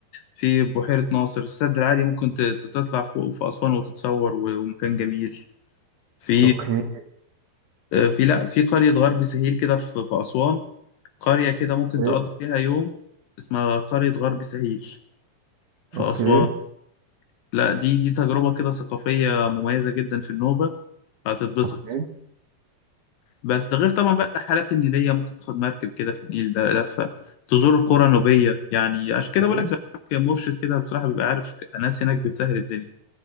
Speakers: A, on the left; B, on the right.
A: في بحيرة ناصر السد العالي ممكن ت- ت- تطلع فوق في أسوان وتتصور و- ومكان جميل في
B: اوكي
A: آه، في لا في قرية غرب سهيل كده في في أسوان قرية كده ممكن
B: اوكي
A: تقضي فيها يوم اسمها قرية غرب سهيل في
B: اوكي
A: أسوان لا دي دي تجربة كده ثقافية مميزة جدا في النوبة هتتبسط
B: اوكي
A: بس ده غير طبعا بقى الرحلات النيلية ممكن تاخد مركب كده في النيل ده لفة تزور القرى النوبية يعني عشان كده
B: اوكي
A: بقول لك لو معاك مرشد كده بصراحة بيبقى عارف ناس هناك بتسهل الدنيا